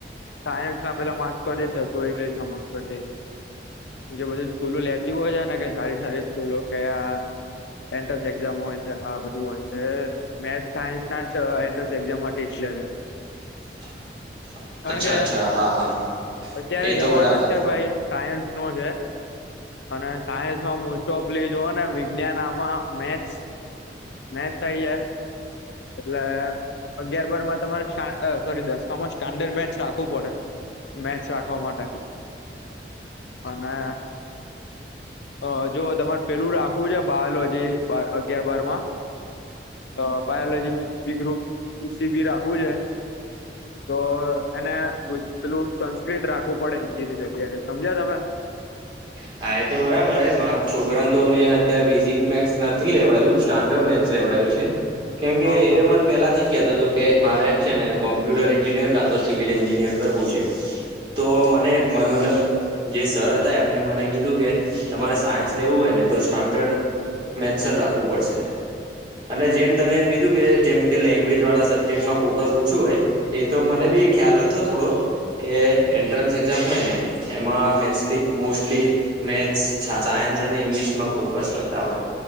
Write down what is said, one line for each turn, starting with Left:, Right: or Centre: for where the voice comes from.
Left: સાયન્સ ના પેલા માર્ક્સ પર જ હતું ઇંગ્લિશ ના માર્ક્સ પર. જે બધી સ્કૂલો લેતી હોય છે ને કે સારી સારી સ્કૂલો કયા. એન્ટ્રન્સ એક્ઝામ હોય છે આ બધું હોય છે મેથ સાયન્સ ના એન્ટ્રન્સ એક્ઝામ માટે. <inaudible>
Right: <inaudible>
Left: કારણ
Right: અચ્છા
Left: કે
Right: અચ્છા
Left: અ,
Right: હા હા
Left: અત્યારે
Right: એ તો
Left: જમાનો
Right: બરાબર.
Left: જ છે ભાઈ સાયન્સ નો છે. અને સાયન્સમાં મોસ્ટ ઓફ્લી જો ને વિજ્ઞાન આમાં મેથસ. મેચ થઈ જ એટલે. અગિયાર બારમાં તમારે સોરી દસ માં સ્ટાન્ડર્ડ મેચ રાખવું પડે. મેચ રાખવા માટે અને. હ જો તમારે પેલું રાખવું છે બાાલ હજી અગિયાર બાર માં. તો biology means B group C B રાખવું જો. તો એને પેલું સંસ્કૃત રાખવું પડે હિન્દી ની જગ્યાએ સમજ્યા તમે.
Right: <inaudible> હા એ તો બરાબર હ મારા છોકરાને તો મેમે અત્યારે બેઝિક મે્સ નથી લેવડાવું સ્ટાન્ડર્ડ મેથસ લેવાડ. કેમ
Left: હા
Right: એ
Left: હા
Right: મ પેલાથી કતો હતો કે મારે છે ને કોમ્પ્યુટર એન્જિનિયર. કા તો સિવિલ એન્જિનિયર કરવું છે તો
Left: હા
Right: મને
Left: હા
Right: મતલબ. જે સર હતા એમને મને. કીધું કે તમારે સાયન્સ લેવું હોયને તો સ્ટાન્ડર્ડ મેથ રાખવું પડશે. અને જેમ તમે એમ કીધું કે જેમ કે લેંગ્વેજ વાળા સબ્જેક્ટમાં ફોકસ ઓછું હોય એ તો મને. ખ્યાલ હતો થોડો. કે
Left: હ
Right: એન્ટ્રન્સ એક્ઝામ હોય ને એમાં મેસલી મોસ્ટલી. મેથ સાયન્સ અને ઇંગ્લિશ માં ફોકસ કરતા હોય.